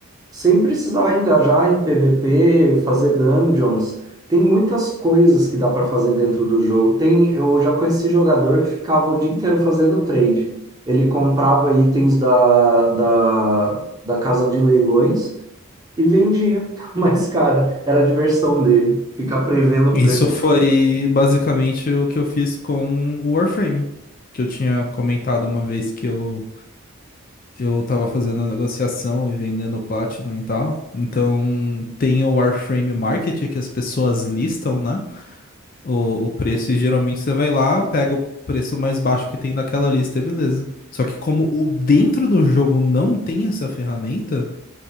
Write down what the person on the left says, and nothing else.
Isso
foi basicamente o que eu fiz com o Warframe, que eu tinha comentado uma vez que eu eu tava fazendo negociação e vendendo Platinum e tal. Então tem o Warframe Market que as pessoas listam, né? O, o preço, e geralmente você vai lá, pega o preço mais baixo que tem naquela lista e beleza. Só que como o dentro do jogo não tem essa ferramenta,